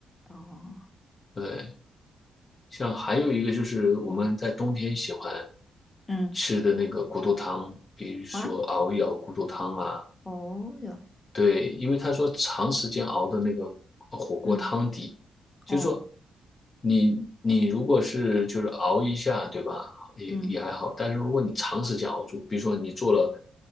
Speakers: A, on the left (about 15°); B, on the left (about 45°).
A: 哦，
B: 对，像还有一个就是我们在冬天喜欢
A: 嗯，
B: 吃的那个骨头汤，比如说熬一熬骨头汤啊，
A: 啊，哦哟，
B: 对，因为他说长时间熬的那个呃火锅汤底，
A: 嗯，
B: 就是说
A: 哦，
B: 你你如果是就是熬一下，对吧？也也还好，
A: 嗯，
B: 但是如果你长时间熬住，比如说你做了